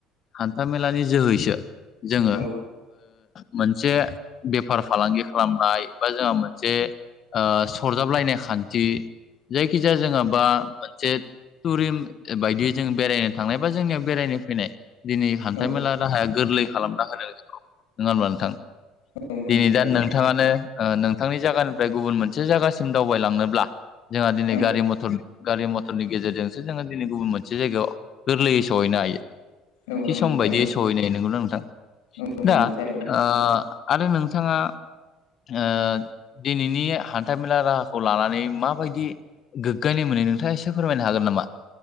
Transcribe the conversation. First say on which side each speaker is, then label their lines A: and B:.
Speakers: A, on the left; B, on the left.
A: हान्थामेलानि जोहैसो जोङो
B: औ
A: मोनसे बेफार फालांगि खालामनाय बा जोंहा मोनसे ओ सरजाबलायनाय खान्थि जायखिजाया जोङो बा मोनसे टुरिम बायदियै जों बेरायनो थांनाय बा जोंनियाव बेरायनो फैनाय दिनै हान्था
B: औ
A: मेला राहाया गोरलै खालामना होनो जोंखौ नङा होमब्ला नोंथां।
B: औ नंगौ
A: दिनै
B: थारैनो
A: दा नोंथाङानो नोंथांनि जागानि ओमफ्राय गुबुन मोनसे जायगासिम दावबायलांनोब्ला जोंहा दिनै
B: औ
A: गारि मथर गारि मथरनि गेजेरजोंसो जोङो दिनै गुबुन मोनसे जायगायाव गोरलैयै सहैनो हायो।
B: औ
A: थि
B: नंगौ
A: सम
B: थारैनो
A: बायदियै सहैनाय नंगौना नोंथां
B: औ नंगौ
A: दा
B: थारैनो
A: ओ आरो नोंथाङा ओ दिनैनि हान्था मेला राहाखौ लानानै माबायदि गोग्गानाय मोनो नोंथाङा एसे फोरमायनो हागोन नामा?